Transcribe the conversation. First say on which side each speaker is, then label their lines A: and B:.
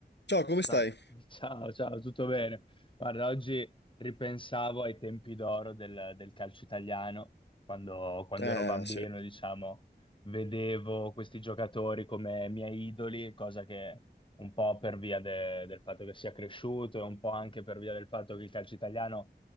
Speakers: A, on the left; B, on the left.
A: Ciao, come
B: Ciao,
A: stai?
B: <laughs> ciao, ciao, tutto bene? Guarda, oggi ripensavo ai tempi d'oro del, del calcio italiano, quando, quando
A: Eh,
B: ero bambino,
A: sì.
B: diciamo, vedevo questi giocatori come miei idoli, cosa che un po' per via de- del fatto che sia cresciuto e un po' anche per via del fatto che il calcio italiano